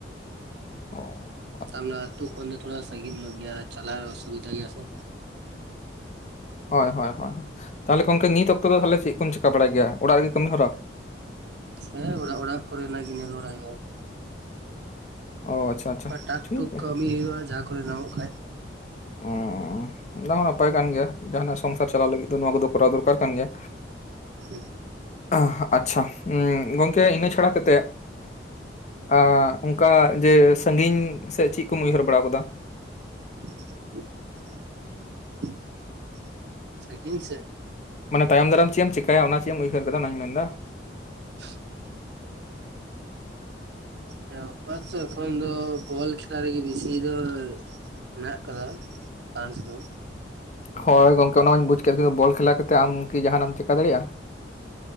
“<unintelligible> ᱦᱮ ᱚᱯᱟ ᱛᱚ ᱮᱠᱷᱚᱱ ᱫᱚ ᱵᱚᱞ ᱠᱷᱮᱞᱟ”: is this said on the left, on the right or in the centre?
Right